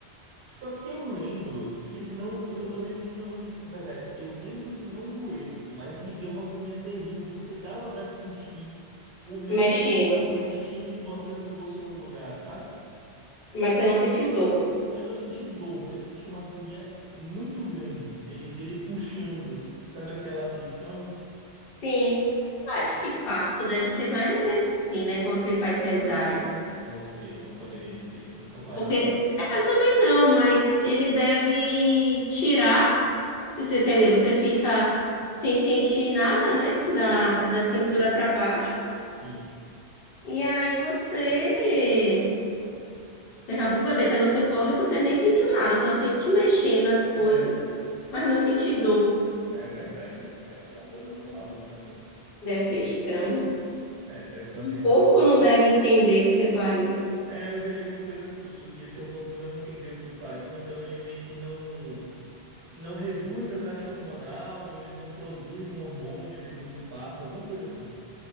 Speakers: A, on the right; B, on the left.
A: Só que eu lembro que não. Eu, eu lembro, não, na verdade, eu lembro que não doeu, mas me deu uma agonia terrível, porque dava pra sentir o médico
B: mexendo.
A: mexendo e botando o osso no lugar, sabe?
B: Mas você não sentiu dor?
A: Eu não senti dor, eu senti uma agonia muito grande dele, dele puxando, sabe aquela aflição?
B: Sim, eu acho que parto deve ser mais ou menos assim, né? Quando você faz cesárea.
A: Não sei, não saberia dizer, nunca parei.
B: Porque é, eu também não, mas ele deve tirar. Você, quer dizer, você fica sem sentir nada, né? Da, da cintura para baixo.
A: Sim,
B: E aí você Daqui a pouco o bebê tá no seu colo e você nem sentiu nada, só sente mexendo as coisas,
A: é,
B: mas não sente dor.
A: é verdade, deve ser uma coisa meio maluca mesmo.
B: Deve ser estranho.
A: É, deve ser uma
B: O
A: sensação.
B: corpo não deve entender que você pariu.
A: É, eu já li uma coisa assim, que o seu corpo não entendeu que pariu, então ele meio que não não reduz a taxa hormonal, ou ele não produz um hormônio depois do parto, alguma coisa assim.